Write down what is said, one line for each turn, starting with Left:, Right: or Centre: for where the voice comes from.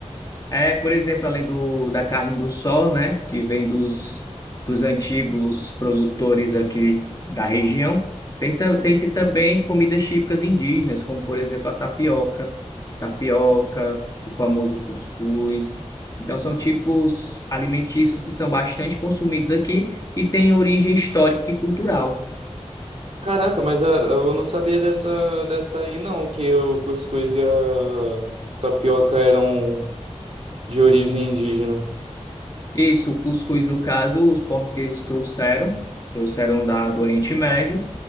Left: É, por exemplo, além do, da carne do sol, né, que vem dos, dos antigos produtores aqui da região, tem, tam- tem-se também comidas típicas indígenas, como, por exemplo, a tapioca, tapioca, o famoso cuscuz. Então, são tipos alimentícios que são bastante consumidos aqui e têm origem histórica e cultural.
Right: Caraca, mas ah, eu não sabia dessa, dessa aí não, que o cuscuz e a tapioca eram de origem indígena.
Left: Isso, o cuscuz, no caso, os portugueses trouxeram, trouxeram da, do Oriente Médio,